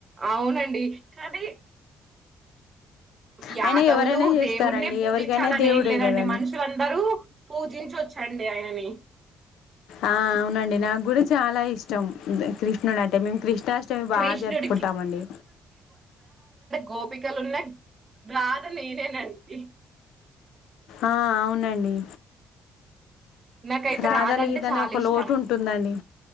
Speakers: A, on the right; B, on the left.
A: అవునండి కానీ యాదవులు
B: అయినా ఎవరైనా చేస్తారండి
A: దేవుడినే పూజించాలని
B: ఎవరికైనా దేవుడే
A: ఏం లేదండి
B: కదండి
A: మనుషులందరూ పూజించ్చండి ఆయనని
B: ఆ అవునండి నాకు కూడా చాలా ఇష్టం కృష్ణుడు అంటే మేము కృష్ణాష్టమి బాగా
A: కృష్ణుడికి
B: జరుపుకుంటామండి
A: గోపికలు ఉన్నా రాధ నేనే నండి
B: ఆ అవునండి
A: నాకైతే
B: రాధ
A: రాదంటే
B: లేదని
A: చాలా
B: ఒక
A: ఇష్టం
B: లోటు ఉంటుందండి